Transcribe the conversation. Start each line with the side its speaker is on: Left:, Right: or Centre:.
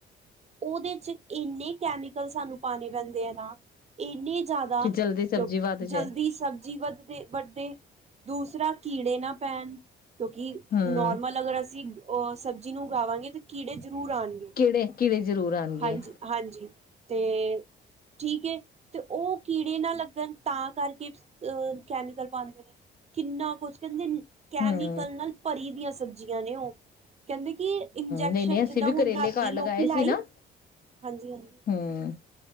Right: ਉਹਦੇ ਚ ਇੰਨੇ ਕੈਮੀਕਲ ਸਾਨੂੰ ਪਾਉਣੇ ਪੈਂਦੇ ਆ ਨਾ ਇੰਨੇ- ਜ਼ਿਆਦਾ
Left: ਕਿ ਜਲਦੀ ਸਬਜ਼ੀ
Right: ਕਿਉਂ,
Left: ਵੱਧ
Right: ਜਲਦੀ
Left: ਜਾਏ
Right: ਸਬਜ਼ੀ ਵੱਧ- ਦੇ ਵੱਡੇ, ਦੂਸਰਾ ਕੀੜੇ ਨਾ ਪੈਣ। ਕਿਉਂਕਿ
Left: ਹੂੰ।
Right: ਨੋਰਮਲ ਅਗਰ ਅਸੀਂ- ਔ ਸਬਜ਼ੀ ਨੂੰ ਉਗਾਵਾਂਗੇ ਤੇ ਕੀੜੇ- ਜ਼ਰੂਰ ਆਣਗੇ
Left: ਕਿਹੜੇ- ਕਿਹੜੇ ਜ਼ਰੂਰ ਆਉਣਗੇ।
Right: ਹਾਂਜੀ ਹਾਂਜੀ ਤੇ, ਠੀਕ ਏ, ਤੇ ਉਹ ਕੀੜੇ ਨਾ ਲੱਗਣ ਤਾਂ ਕਰਕੇ ਅ ਕੈਮੀਕਲ ਪਾਉਂਦੇ ਨੇ, ਕਿੰਨਾ ਕੁਛ ਕਹਿੰਦੇ ਕੈਮੀਕਲ
Left: ਹੂੰ-ਹੂੰ,
Right: ਨਾਲ ਭਰੀ ਦੀਆਂ ਸਬਜ਼ੀਆਂ ਨੇ ਉਹ। ਕਹਿੰਦੇ ਕਿ ਇੰਜੈਕਸ਼ਨ
Left: ਨਹੀਂ-ਨਹੀਂ
Right: ਜਿਦਾਂ
Left: ਅਸੀਂ ਵੀ
Right: ਹੁਣ
Left: ਕਰੇਲੇ
Right: ਰਾਤੀ
Left: ਘਰ
Right: ਲੋਕੀ
Left: ਲਗਾਏ
Right: ਲਾਈ।
Left: ਸੀ ਨਾ
Right: ਹਾਂਜੀ- ਹਾਂਜੀ,
Left: ਹੂੰ।